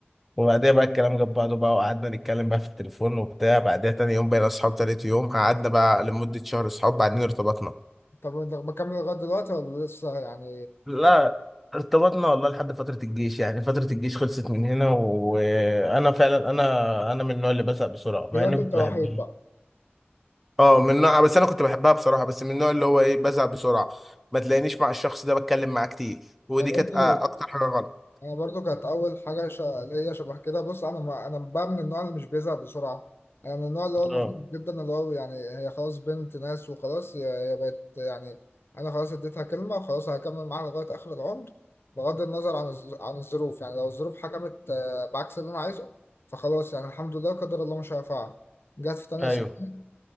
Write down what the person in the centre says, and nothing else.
وبعديها بقى الكلام جاب بعضه بقى وقعدنا نتكلم بقى في التليفون وبتاع بعدها تاني يوم بقينا اصحاب تالت يوم قعدنا بقى لمده شهر اصحاب بعدين ارتبطنا
لا ارتبطنا والله لحد فترة الجيش يعني فترة الجيش خلصت من هنا وأنا فعلا أنا أنا من النوع اللي بزهق بسرعة
مع إني كنت
بحبه
اه من نوع بس انا كنت بحبها بصراحه بس من النوع اللي هو ايه بزعل بسرعه ما تلاقينيش مع الشخص ده بتكلم معاه كتير ودي
كانت آه، اكتر حاجه غلط
اه
ايوه